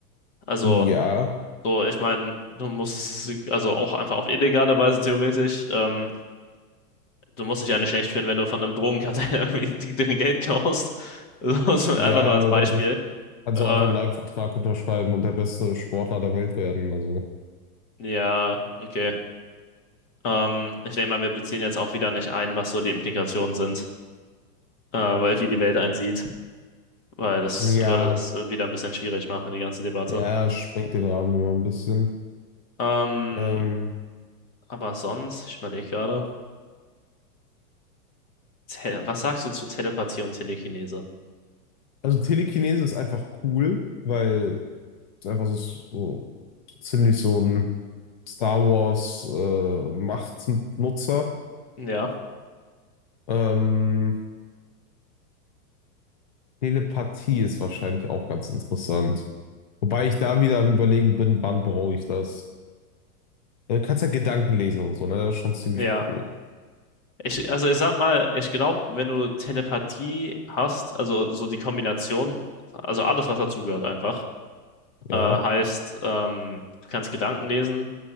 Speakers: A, on the left (about 50°); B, on the left (about 30°).
A: Also,
B: Ja,
A: so, ich meine, du musst es, also auch einfach auf illegale Weise theoretisch, ähm, du musst dich ja nicht schlecht fühlen, wenn du von einem Drogenkartell <laughs> irgendwie die- deren Geld klaust. <laughs> So, so einfach
B: ja,
A: nur als
B: oder
A: Beispiel.
B: du kannst
A: Äh,
B: auch einfach einen Nike-Vertrag unterschreiben und der beste Sportler der Welt werden. Also.
A: ja, okay. Ähm, ich denke mal, wir beziehen jetzt auch wieder nicht ein, was so die Implikationen sind, äh, weil wie die Welt einsieht, weil das
B: Ja,
A: würde das äh, wieder ein bisschen schwierig machen, die ganze Debatte.
B: ja, sprengt den Rahmen immer ein bisschen.
A: Ähm,
B: Ähm,
A: aber sonst, ich überlege gerade. Tele was sagst du zu Telepathie und Telekinese?
B: also Telekinese ist einfach cool, weil es einfach so, so so ziemlich so ein Star Wars äh, Machtnutzer.
A: Ja,
B: Ähm, Telepathie ist wahrscheinlich auch ganz interessant. Wobei ich da wieder am Überlegen bin, wann brauche ich das? Du kannst ja Gedanken lesen und so, ne? Das ist schon ziemlich
A: ja.
B: cool.
A: Ich, also ich sag mal, ich glaube, wenn du Telepathie hast, also so die Kombination, also alles, was dazugehört einfach, äh,
B: Ja.
A: heißt, ähm, du kannst Gedanken lesen,